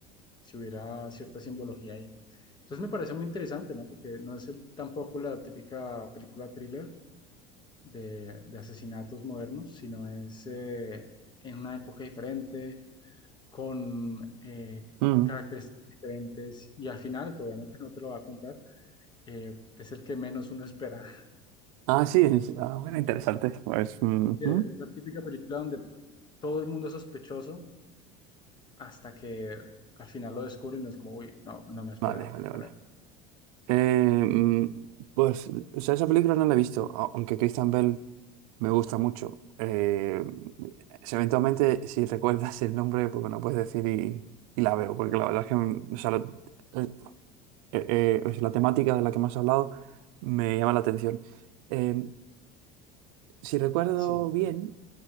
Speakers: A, on the left; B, on the right.
A: si hubiera cierta simbología ahí. Entonces me parece muy interesante, ¿no? Porque no es el, tampoco la típica película thriller de, de asesinatos modernos, sino es eh, en una época diferente, con eh,
B: Mm.
A: características diferentes y al final, que obviamente no te lo va a contar, eh, es el que menos uno espera.
B: Ah, sí, es- ah, bueno, interesante. Pues, ujú.
A: Sí, Es la típica película donde todo el mundo es sospechoso hasta que al final lo descubren y no es como, uy, no, no me esperaba
B: Vale,
A: que
B: vale,
A: fuera
B: vale.
A: él.
B: Eh, mm, pues, o sea, esa película no la he visto, a- aunque Christian Bell me gusta mucho. Eh, si eventualmente, si recuerdas el nombre, pues bueno, puedes decir y, y la veo, porque la verdad es que mm, o sea, lo- eh, eh, o sea, la temática de la que me has hablado me llama la atención. Eh, si recuerdo
A: Sí,
B: bien,